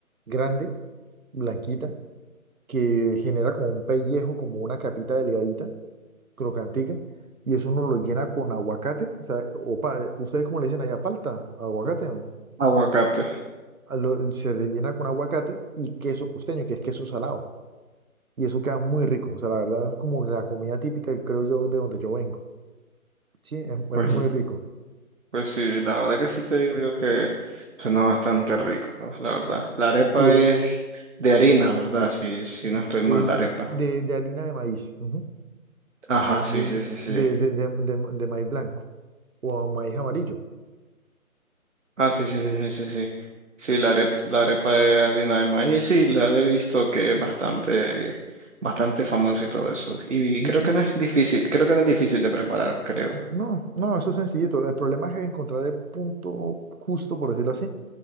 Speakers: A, on the right; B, on the right.
A: grande, blanquita, que genera como un pellejo, como una capita delgadita crocantica, y eso uno lo llena con aguacate, o sea, o pa- ¿ustedes cómo le dicen allá? Palta, aguacate, ¿no?
B: Aguacate.
A: A lo- se rellena con aguacate y queso costeño, que es queso salado, y eso queda muy rico, o sea, la verdad es como la comida típica, que creo yo, de donde yo vengo, ¿sí? Es, es
B: Pues,
A: muy rico.
B: pues sí, la verdad que sí te digo yo que suena bastante rico, la verdad. La arepa
A: Y eh,
B: es de harina, ¿verdad? si si
A: s-
B: no estoy mal,
A: eh,
B: la arepa.
A: de, de harina de maíz, ujú,
B: Ajá, sí,
A: De,
B: sí, sí, sí.
A: de, de, de, de, de maíz blanco o maíz amarillo.
B: Ah, sí, sí, sí, sí, sí. Sí, Sí, la arepa, la arepa de harina de maíz, sí, la he visto que es bastante, bastante famoso y todo eso. Y
A: Y,
B: creo
A: y-
B: que no es difícil, creo que no es difícil de preparar, creo.
A: no, no, eso es sencillito. El problema es encontrar el punto justo, por decirlo así,